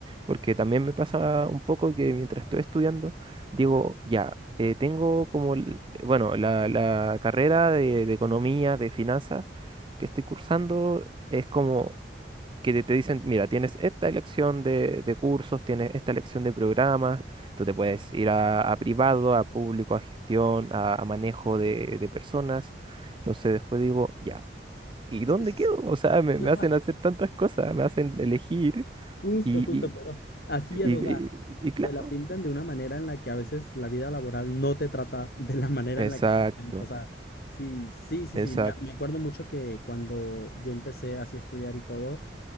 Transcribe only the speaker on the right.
porque también me pasa un poco que mientras estoy estudiando, digo, ya, eh, tengo como, el- bueno, la, la carrera de, de economía, de finanzas que estoy cursando es como que te dicen, mira, tienes esta elección de, de cursos, tienes esta elección de programas, tú te puedes ir a, a privado, a público, a gestión, a, a manejo de, de personas. Entonces después digo, ya, ¿y
dónde
quedo?
O sea, me,
me hacen hacer tantas cosas, me hacen elegir
y,
y,
y,
y- y claro.
Exacto,
exacto.